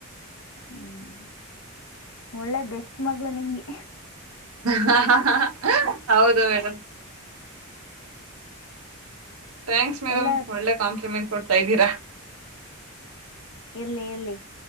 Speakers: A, on the left; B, on the right.
A: ಹ್ಮ್ ಒಳ್ಳೆ ಬೆಸ್ಟ್ ಮಗಳು ನಿಮಗೆ
B: ಹ ಹ ಹ ಹೌದು ಮೇಡಮ್ ಥ್ಯಾಂಕ್ಸ್ ಮೇಡಮ್
A: ಎಲ್ಲ
B: ಒಳ್ಳೆ ಕಾಂಪ್ಲಿಮೆಂಟ್ ಕೊಡ್ತಾ ಇದ್ದೀರಾ
A: ಇರ್ಲಿ ಇರ್ಲಿ